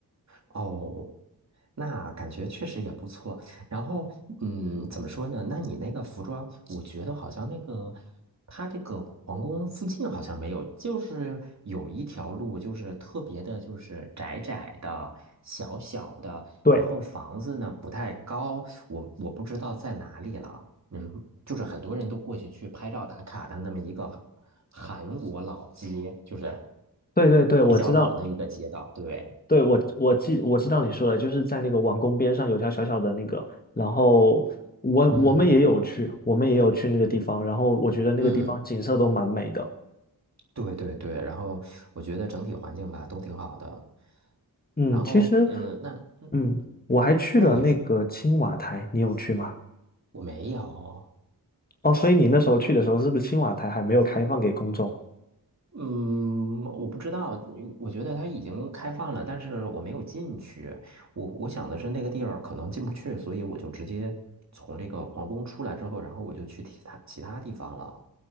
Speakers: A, on the right (about 45°); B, on the left (about 25°).
A: 哦，那感觉确实也不错。然后，嗯，怎么说呢？那你那个服装，我觉得好像那个，它这个皇宫附近好像没有，就是有一条路，就是特别的，就是窄窄的、小小的，
B: 对
A: 然后房子呢不太高，我我不知道在哪里了。嗯，就是很多人都过去去拍照打卡的那么一个韩国老街，就是
B: 对对对，我知道，
A: 比较老的一个街道，对。
B: 对我我记我知道你说的，就是在那个王宫边上有条小小的那个，然后我我们也有去，
A: 嗯，
B: 我们也有去那个地方，然后我觉得那个地方景色都蛮美的。
A: 嗯，对对对，然后我觉得整体环境吧都挺好的，
B: 嗯，
A: 然后嗯，
B: 其实
A: 那嗯，
B: 嗯，我还去了那个青瓦台，
A: 那你是
B: 你有去吗？
A: 我没有，
B: 哦，所以你那时候去的时候，是不是青瓦台还没有开放给公众？
A: 嗯，我不知道，嗯我觉得它已经开放了，但是我没有进去，我我想的是那个地儿可能进不去，所以我就直接从这个皇宫出来之后，然后我就去其他其他地方了。